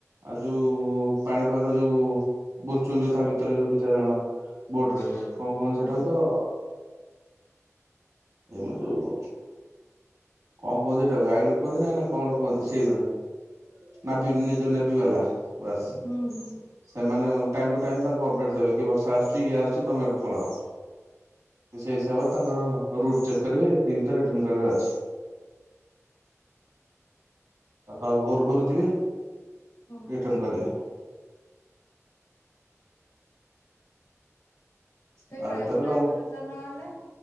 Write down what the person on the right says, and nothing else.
ଆଉ ଯୋଉ ପାଣିପାଗ ଯୋଉ ବୁଲୁଛନ୍ତି ଯୋଉ ତା ଭିତରେ। ଭିତରେ ଯୋଉ ଦ ଚାରି ଜଣ ବୋଟ ରେ
କଣ କୁହନ୍ତୁ
ସେଟାକୁ ତ ଏମା ଯୋଉ କଣ କୁହନ୍ତି ଏଇଟାକୁ ଗାଇଡୁ କୁହନ୍ତି ନା ନା କଣ ରୁ କୁହନ୍ତି ସେଇ ପୁରା। ନଭି ଜୁ ନେଭି ବାଲା ବାସ୍।
ସେମାନେ ଟାଇମ ଟୁ ଟାଇମ ତାଙ୍କୁ ଅପ୍ଡେଟ ଦେବେ କି ବଷା ଆସୁଛି ଇଏ ଆସୁଛି ତମେଇଠୁ ପଳାଅ। ସେଇ ହିସାବରେ ତାଙ୍କର ରୁଟ ଚେକ୍ କରିବେ ଏତିକ ଭିତରେ ରିଟର୍ଣ କରିବାର ଅଛି। ସକାଳ ଭୋରୁ ଭୋରୁ ଯିବେ
ରିଟର୍ଣ କରିବେ।
ତା
ଭିତରେ
ତମ